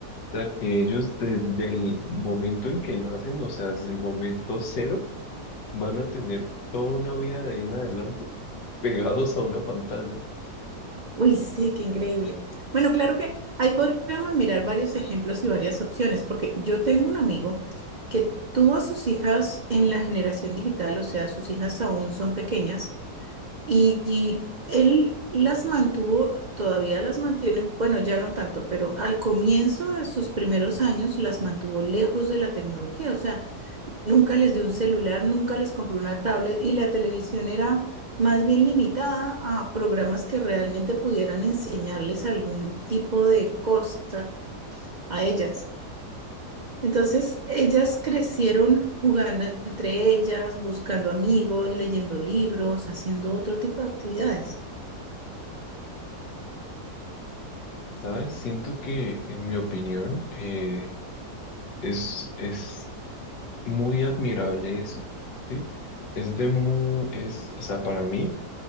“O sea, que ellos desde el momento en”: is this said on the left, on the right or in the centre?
Left